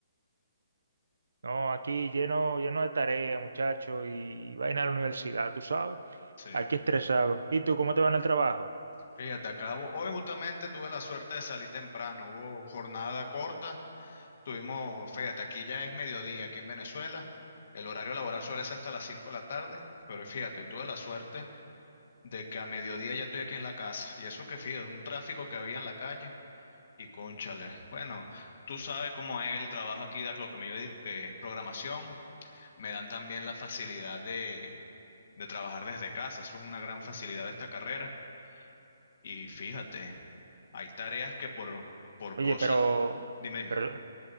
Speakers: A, on the right; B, on the left.
A: No, aquí lleno, lleno de tarea, muchacho, y vaina a la universidad, tú sabes.
B: Sí.
A: Aquí estresado. ¿Y tú cómo te va en el trabajo?
B: Fíjate, acabo. Hoy justamente tuve la suerte de salir temprano. Hubo jornada corta. Tuvimos, fíjate, aquí ya es mediodía, aquí en Venezuela. El horario laboral suele ser hasta las 5 de la tarde. Pero fíjate, tuve la suerte de que a mediodía ya estoy aquí en la casa. Y eso que fíjate, un tráfico que había en la calle. Y cónchale. Bueno, tú sabes cómo es el trabajo aquí, de lo que me yo dedico, que es programación. Me dan también la facilidad de de trabajar desde casa. Eso es una gran facilidad de esta carrera. Y fíjate, hay tareas que por, por
A: Oye,
B: cosas...
A: pero,
B: Dime, dime.
A: pero,